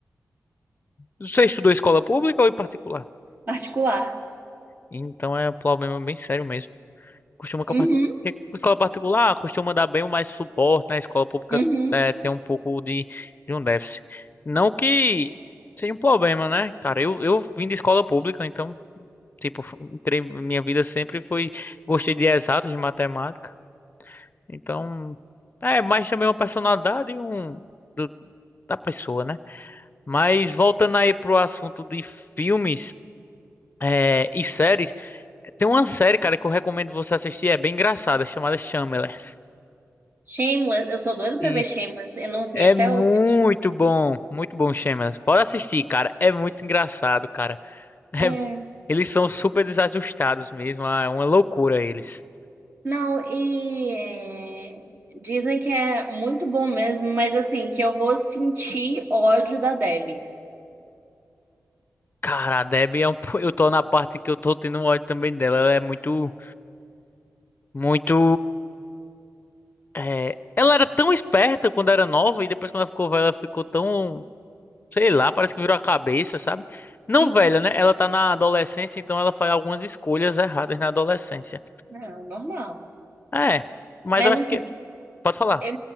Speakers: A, on the left (about 35°); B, on the right (about 40°).
A: Você estudou escola pública ou em particular?
B: articular.
A: Então é um problema bem sério mesmo. Costuma que
B: Uhum,
A: a parti- que a escola particular costuma dar bem mais suporte, né? A escola pública
B: uhum.
A: é, tem um pouco de, de um déficit. Não que seja um problema, né? Cara, eu, eu vim de escola pública, então, tipo, entrei, minha vida sempre foi. Gostei de exatas, de matemática. Então, é mais também é uma personalidade e um do- da pessoa, né? Mas voltando aí pro assunto de filmes é, e séries, tem uma série, cara, que eu recomendo você assistir, é bem engraçada, chamada Shameless.
B: Shameless, eu sou doida pra
A: E
B: ver Shameless, eu não vi
A: é
B: até
A: muito
B: hoje.
A: bom, muito bom, Shameless. Pode assistir, cara, é muito engraçado, cara. <laughs>
B: É,
A: É- eles são super desajustados mesmo, é uma loucura eles.
B: não, e é, dizem que é muito bom mesmo, mas assim, que eu vou sentir ódio da Debbie.
A: Cara, a Debbie é um, po- eu tô na parte que eu tô tendo um ódio também dela, ela é muito, muito É, ela era tão esperta quando era nova e depois quando ela ficou velha, ela ficou tão, sei lá, parece que virou a cabeça, sabe? Não
B: E-
A: velha, né? Ela tá na adolescência, então ela faz algumas escolhas erradas na adolescência.
B: não, normal.
A: É, mas
B: Mas
A: eu acho
B: assim,
A: que. Pode falar.
B: eu,